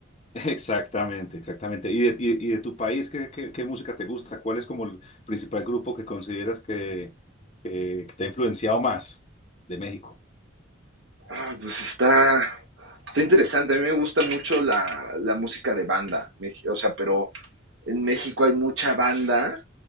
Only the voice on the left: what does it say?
Exactamente, exactamente. ¿Y de, y, y de tu país, ¿qué, qué, qué música te gusta? ¿Cuál es como el principal grupo que consideras que, que, que te ha influenciado más de México?